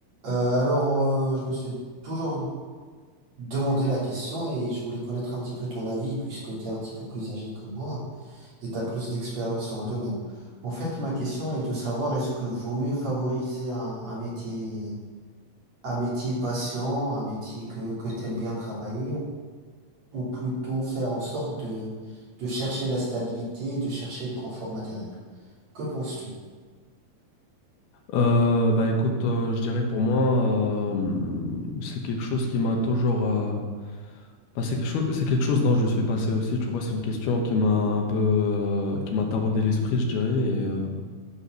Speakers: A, on the right (about 45°); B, on the left (about 85°).
A: Euh, alors, euh, je me suis toujours demandé la question et je voulais connaître un petit peu ton avis puisque tu es un petit peu plus âgé que moi et tu as plus d'expérience dans le domaine. En fait, ma question est de savoir est-ce que vaut mieux favoriser un, un métier, un métier patient, un métier que, que tu aimes bien travailler ou, ou plutôt faire en sorte de, de chercher la stabilité, et de chercher le confort matériel. Que penses-tu?
B: Euh, bah écoute, euh, je dirais pour moi, euh, c'est quelque chose qui m'a toujours... euh, bah, c'est quelque chose, c'est quelque chose dont je suis passé aussi, tu vois, c'est une question qui m'a un peu... euh, qui m'a taraudé l'esprit, je dirais. et, euh,